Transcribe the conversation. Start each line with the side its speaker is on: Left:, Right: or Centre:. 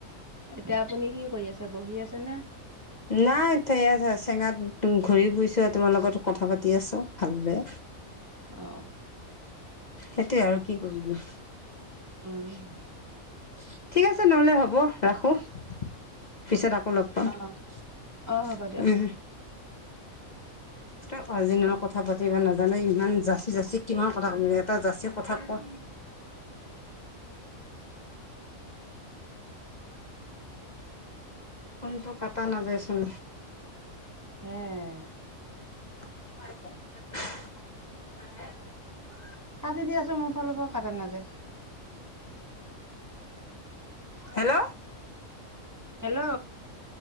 Right: এতিয়া আপুনি কি কৰি আছে বহি আছে নে
Left: নাই চেঙাত ঘূৰি ফুৰিছো আৰু তোমাৰ লগত কথা পাতি আছো ভাল বে
Right: আহ
Left: সেইটোৱে আৰু কি কৰিবলো। ঠিক
Right: উম
Left: আছে নহলে হ'ব ৰাখো পিছত আ অলপ পাম
Right: অ
Left: উম।
Right: অ হ'ব দিয়ক
Left: তই আজি নলে কথা পাতিবা নাজানো ইমান জা জা কিমান কথা ক এটা জাত কথা কোৱা। উ কোনটো কথা নাযায় চুন
Right: উম
Left: <inaudible>
Right: কাটি দি আছো মোৰ ফালৰ পৰাও কাটা নাযায়।
Left: হেল্ল'।
Right: হেল্ল'।